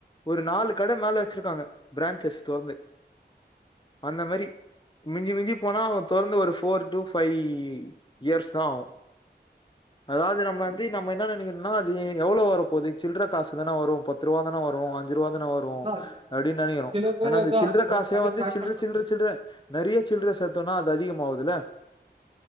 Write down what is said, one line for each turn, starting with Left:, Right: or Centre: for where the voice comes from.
Left: ஒரு நாலு கட மேல வச்சிருக்காங்க பிரான்ஞ்சஸ் தொறந்து அந்த மாரி மிஞ்சி மிஞ்சி போன ஒரு தொடர்ந்து ஒரு ஃபோர் டூ ஃபைவ் இயர்ஸ் தான் ஆகும் அதாவது நான் வந்து நம்ம என்ன நெனைக்கிறேனா அது எவ்ளோ வரும் போது சில்ற காசு தானே வரும் பத்து ரூபா தான் வரும் அந்த அஞ்சு ருபாதான வரும்
Right: அதா
Left: அப்படின்னு நெனைக்கிறோ
Right: சில பேர்
Left: ஆனா அந்த
Right: அதா
Left: சில்லற
Right: ஒரு
Left: காசையா
Right: கடைய
Left: வந்து
Right: ஸ்டார்ட்
Left: சில்லற
Right: பண்ணுவாங்க
Left: சில்லற சில்லற நறிய சில்ர சேத்தோன்னா அது அதிகம் ஆவுதுல